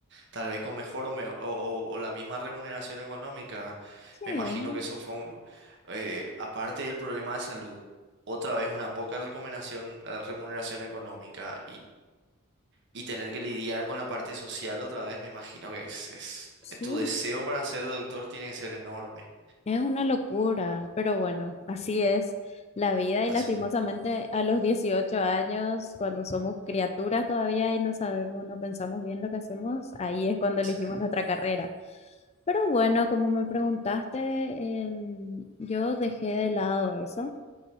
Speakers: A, on the right; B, on the left.
A: tal vez con mejor o, me- o, o- o la misma remuneración económica.
B: es-
A: Me imagino que eso fue, un- eh, aparte del problema de salud. Otra vez una poca recomendación, eh, remuneración económica y tener que lidiar con la parte social otra vez, me imagino que es, es...
B: sí,
A: Tu deseo para ser doctor tiene que ser enorme.
B: Es una locura, pero bueno, así es la vida y
A: Así
B: lastimosamente
A: mismo.
B: a los 18 años, cuando somos criaturas todavía y no sabemos, no pensamos bien lo que hacemos, ahí es cuando
A: Sí.
B: elegimos nuestra carrera. Pero bueno, como me preguntaste, em, yo dejé de lado eso.